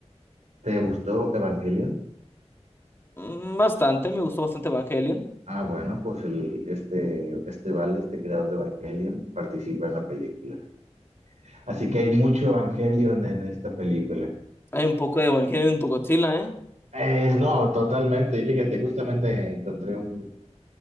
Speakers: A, on the right; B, on the left.
A: ¿Te gustó Evangelion?
B: mm, bastante, me gustó bastante Evangelion.
A: Ah, bueno, pues el, este, este Val, este creador de Evangelion, participa en la película. Así que hay mucho Evangelion en esta película.
B: Hay un poco de Evangelion en tu Godzilla, ¿eh?
A: Eh, no, totalmente. Y fíjate, justamente encontré un,